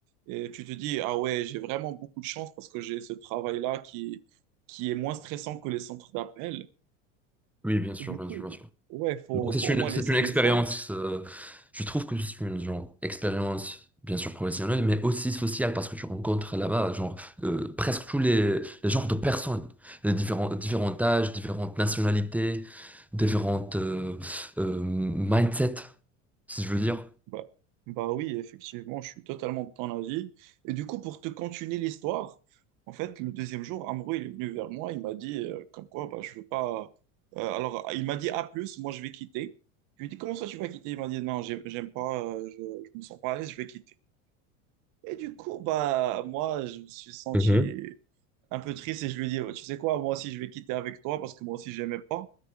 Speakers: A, on the right; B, in the centre.
A: et tu te dis, ah ouais, j'ai vraiment beaucoup de chance parce que j'ai ce travail-là qui, qui est moins stressant que les centres d'appel.
B: Oui, bien sûr,
A: Du
B: bien
A: coup,
B: sûr, bien sûr.
A: ouais, faut,
B: Donc
A: faut
B: c'est
A: au
B: une,
A: moins
B: c'est
A: l'essayer
B: une expérience,
A: une fois.
B: euh, je trouve que c'est une genre, expérience bien sûr professionnelle, mais aussi sociale parce que tu rencontres là-bas genre euh, presque tous les, les genres de personnes, les différents, différents âges, différentes nationalités, différentes euh, euh, mindsets, si je veux dire.
A: Bah, bah oui, effectivement, je suis totalement de ton avis. Et du coup, pour te continuer l'histoire, en fait, le deuxième jour, Amrou, il est venu vers moi, il m'a dit, euh, comme quoi, bah, je veux pas... euh, alors, il m'a dit, à plus, moi, je vais quitter. Je lui ai dit, comment ça, tu vas quitter? Il m'a dit, non, j'aime j'aime pas, euh, je, je me sens pas à l'aise, je vais quitter. Et du coup, bah, moi, je me suis senti
B: Mhm.
A: un peu triste et je lui ai dit, tu sais quoi, moi aussi, je vais quitter avec toi parce que moi aussi, j'aimais pas.